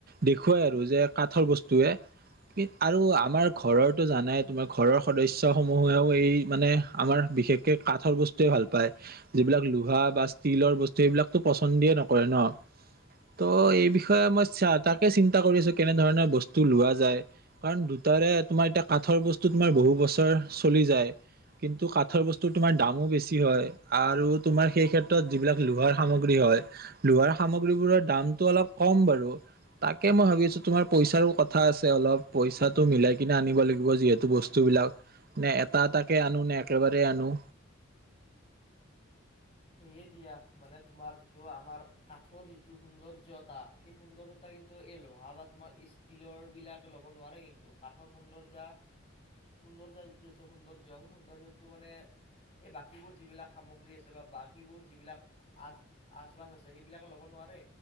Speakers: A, on the right (about 45°); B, on the left (about 30°).
A: দেখুৱাই আৰু যে কাঠৰ বস্তুয়ে। কি আৰু আমাৰ ঘৰৰটো জানাই তোমাৰ ঘৰৰ সদস্য সমূহেও এই মানে, আমাৰ বিশেষকে কাঠৰ বস্তুয়ে ভাল পায়। যিবিলাক, লোহা বা ষ্টীলৰ বস্তু এইবিলাকতো পচন্দিয়ে নকৰে ন'। ত' এই বিষয়ে মই চা, তাকে চিন্তা কৰিছোঁ, কেনেধৰণৰ বস্তু লোৱা যায়। কাৰণ তাৰে তোমাৰ, এতিয়া কাঠৰ বস্তু তোমাৰ বহু বছৰ চলি যায়। কিন্তু, কাঠৰ বস্তু তোমাৰ দামো বেছি হয়। আৰু তোমাৰ সেই ক্ষেত্ৰত যিবিলাক লোহাৰ সামগ্ৰী হয়। লোহাৰ সামগ্ৰীবোৰৰ দামটো অলপ কম। কম বাৰু। তাকে মই ভাবি আছোঁ! তোমাৰ পইচাৰো কথা আছে অলপ। পইচাটো মিলাই কিনে আনিব লাগিব যিহেতু বস্তু। এইবিলাক, এটা, এটাকে আনোঁ নে একেবাৰে আনোঁ।
B: সেয়ে, দিয়া মানে, তোমাৰ যিটো আমাৰ কাঠৰ যিটো সৌন্দৰ্য্যতা, সেই সৌন্দৰ্য্যতা কিন্তু এই লোহাঁ বা তোমাৰ ষ্টীলৰ বিলাক ল'ব নোৱাৰে কিন্তু। কাঠৰ সৌন্দৰ্যা সৌন্দৰ্য্য যিটো আছে, সৌন্দৰ্য্য সেই সৌন্দৰ্য্যটো মানে এই বাকীবোৰ যিবিলাক সামগ্ৰী আছে বা যিবোৰ যিবিলাক আচ, আচবাব আছে, সেইবিলাকে ল'ব নোৱাৰে।